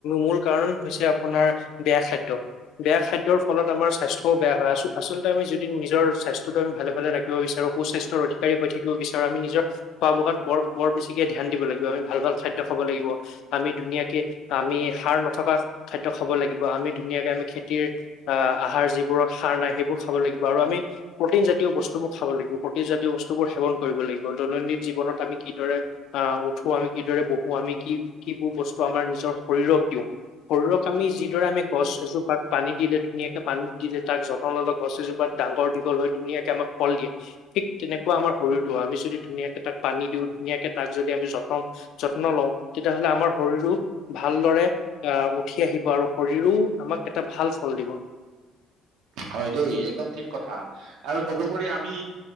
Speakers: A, on the left; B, on the right.
A: মূল কাৰণ হৈছে আপোনাৰ বেয়া খাদ্য। বেয়া খাদ্যৰ ফলত আমাৰ স্বাস্থও বেয়া হয়। আচলতে আমি যদি নিজৰ স্বাস্থ্যটো আমি ভালে ভালে ৰাখিব বিচাৰো সু স্বাস্থ্যৰ অধিকাৰী হৈ থাকিব বিচাৰো আমি নিজৰ খোৱা বোৱাত বৰ বৰ বেছিকে ধ্যান দিব লাগিব। আমি ভাল ভাল খাদ্য খাব লাগিব আমি ধুনীয়াকে আমি সাৰ নথকা খাদ্য খাব লাগিব আমি ধুনীয়াকে আমি খেতিৰ আ আহাৰ যিবোৰত সাৰ নাই সেইবোৰ খাব লাগিব আৰু আমি প্ৰটিন জাতীয় বস্তুবোৰ খাব লাগিব প্ৰটিন জাতীয় বস্তুবোৰ সেৱন কৰিব লাগিব। দৈনন্দিন জীৱনত আমি কিদৰে আহ উঠো আমি কিদৰে বহো আমি কি কিবোৰ বস্তু আমাৰ নিজৰ শৰীৰক দিওঁ শৰীৰক আমি যি এইদৰে আমি গছ এজোপাক পানী দিলে ধুনীয়া পানীত দিলে তাক যতন ল'লে গছজোপাত ডাঙৰ দি কল ধুনীয়াকে আমাক ফল দিয়ে ঠিক তেনেকুৱা আমাৰ শৰীৰটো আমি যদি ধুনীয়াকে তাক পানী দিওঁ ধুনীয়াকে তাক যদি আমি যত্ন লওঁ তেতিয়াাহলে আমাৰ শৰীৰো ভালদৰে আহ উঠি আহিব আৰু শৰীৰো আমাক এটা ভাল ফল দিব
B: হয় দেই একদম ঠিক কথা আৰু তদুপৰি আমি